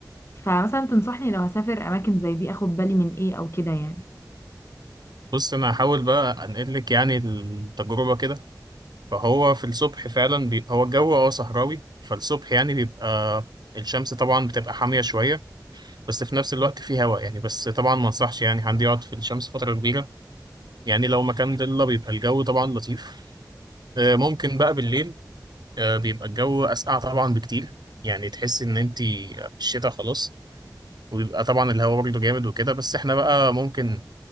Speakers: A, on the left; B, on the right.
A: فمثلا تنصحني لو هسافر اماكن زي دي اخد بالي من ايه او كده يعني
B: بص انا هحاول بقى انقل لك يعني التجربه كده فهو في الصبح فعلا بي... هو الجو اه صحراوي فالصبح يعني بيبقى الشمس طبعا بتبقى حامية شوية بس في نفس الوقت في هواء يعني بس طبعا ما انصحش يعني حد يقعد في الشمس فترة كبيرة يعني لو مكان ضلة بيبقى الجو طبعا لطيف آه، ممكن بقى بالليل آه، بيبقى الجو أسقع طبعا بكتير يعني تحس إن أنت في الشتاء خلاص وبيبقى طبعا الهواء برضه جامد وكده بس احنا بقى ممكن